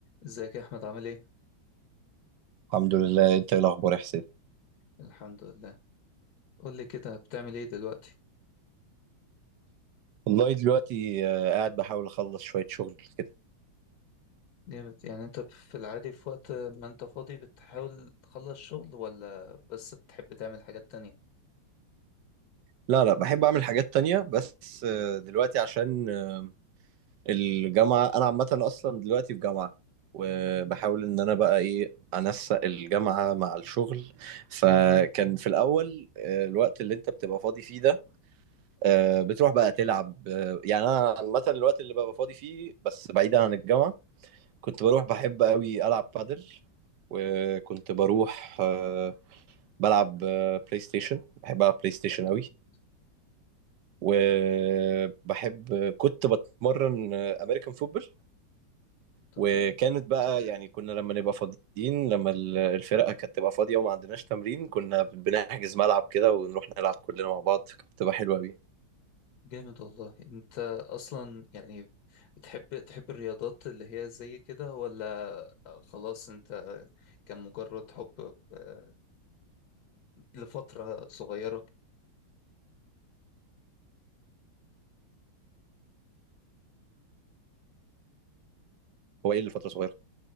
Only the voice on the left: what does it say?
ازيك يا احمد عامل ايه
الحمد لله قول لي كده بتعمل ايه دلوقتي
جامد يعني انت في العادي في وقت ما انت فاضي بتحاول تخلص شغل ولا بس بتحب تعمل حاجات تانية
جامد
طب
جامد
جامد والله انت اصلا يعني بتحب تحب الرياضات اللي هي زي كده ولا خلاص انت كان مجرد حب آه، لفترة صغيرة